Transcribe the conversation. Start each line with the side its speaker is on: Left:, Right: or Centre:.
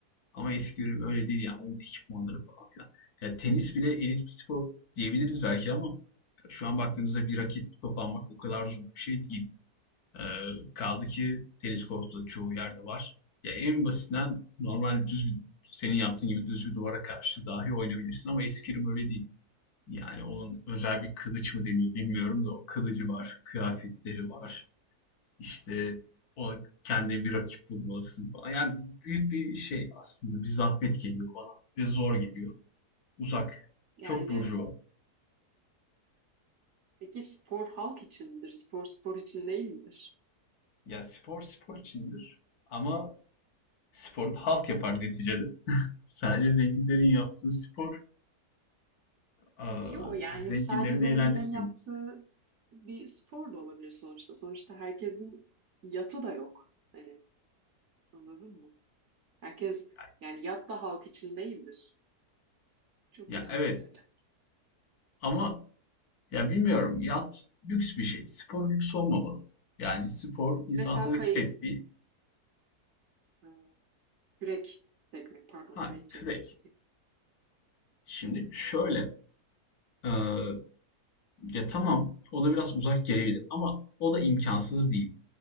Left: Ama eski ürün öyle değil yani onun ekipmanları falan filan. Ya tenis bile elit bir spor diyebiliriz belki ama şu an baktığımızda bir raket bir top almak o kadar zor bir şey değil. E, kaldı ki tenis kortu da çoğu yerde var. Ya en basitinden normal düz bir, senin yaptığın gibi düz bir duvara karşı dahi oynayabilirsin ama eskrim öyle değil. Yani onun özel bir kılıç mı deniyor bilmiyorum da o kılıcı var, kıyafetleri var. İşte o kendine bir rakip bulmalısın falan. Yani büyük bir şey aslında. Bir zahmet geliyor bana. Ve zor geliyor. Uzak.
Right: Yani
Left: Çok burjuva.
Right: peki spor halk içindir, spor spor için değil midir?
Left: Yani spor spor içindir. Ama sporu da halk yapar neticede. Sadece zenginlerin yaptığı spor aa,
Right: Yok yani
Left: zenginlerin
Right: sadece zenginlerin
Left: eğlencesi
Right: yaptığı
Left: yok.
Right: bir spor da olabilir sonuçta. Sonuçta herkesin yatı da yok. Hani anladın mı? Herkes
Left: Yani,
Right: yani yat da halk için değildir. Çok
Left: ya
Right: mu yanlış
Left: evet
Right: yerler?
Left: ama ya bilmiyorum yat lüks bir şey. Spor lüks olmamalı. Yani spor insan
Right: Mesela
Left: hareket
Right: kayık,
Left: ettiği
Right: e, kürek çekmek, pardon
Left: ha
Right: kayık
Left: kürek.
Right: çekmek diyeceğim.
Left: Şimdi şöyle aa, Ya tamam, o da biraz uzak gelebilir ama o da imkansız değil.